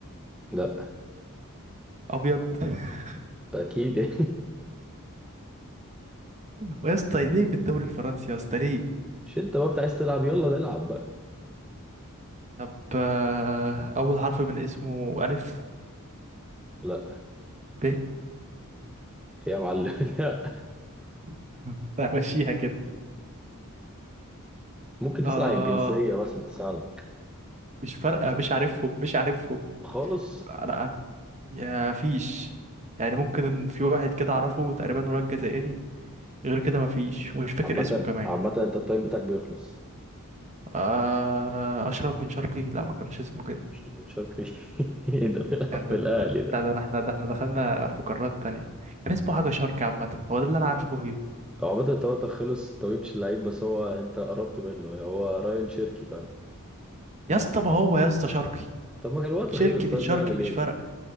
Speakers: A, in the centre; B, on the right.
A: لا
B: أبيض <laughs>
A: اكيد
B: ويا اسطى ليه في الدوري الفرنسي يا اسطى ليه؟
A: <laughs> مش انت بقى عايز تلعب يلا نلعب بقى
B: طب آه، أول حرف من اسمه ألف
A: لا
B: ب
A: في يا معلم <laughs> لا
B: <laughs> أنا همشيها كده
A: ممكن تسأل
B: آه
A: عن الجنسية مثلا تساعدك
B: مش فارقة مش عارفهم مش عارفهم
A: خالص
B: أنا أنا يا فيش يعني ممكن في واحد كده أعرفه تقريبا ولاد جزائري غير كده مفيش ومش فاكر
A: عامة
B: اسمه كمان
A: عامة انت التايم بتاعك بيخلص
B: آه أشرف بن شرقي لا ما كانش اسمه كده
A: مش بن شرقي <laughs> ده بيلعب
B: كان
A: في الاهلي
B: بتاع
A: ده
B: ده احنا ده احنا دخلنا في قارات تانية كان اسمه حاجة شرقي عامة هو ده اللي انا عارفه فيه
A: هو عامة انت وقتك خلص انت مجبتش اللعيب بس هو انت قربت منه هو رايان شيركي فعلا
B: يا اسطى ما هو يا اسطى شرقي
A: طب ما كان الوقت
B: شرقي
A: خلص طيب
B: من شرقي
A: نعمل
B: مش
A: ايه؟
B: فارقة